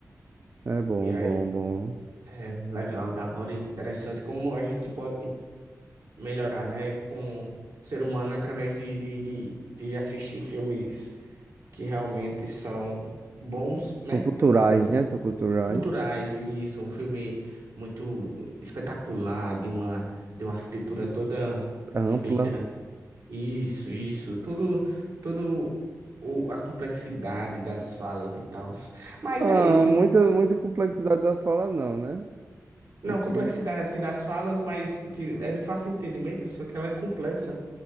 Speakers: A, on the right; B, on the right.
A: É bom,
B: E aí,
A: bom, bom.
B: é legal, da hora, interessante como a gente pode melhorar, né? Como ser humano através de, de, de, de assistir filmes que realmente são bons, né?
A: São culturais,
B: Digamos assim.
A: né? São culturais.
B: Culturais, e isso, um filme muito espetacular, de uma, de uma arquitetura toda
A: É
B: feita.
A: ampla.
B: Isso, isso, todo, todo o, a complexidade das falas e tal. Mas
A: Ah,
B: é isso,
A: muita,
B: muito
A: muita complexidade das falas não, né?
B: não,
A: Porque
B: complexidade assim das falas, mas que é de fácil entendimento, só que ela é complexa.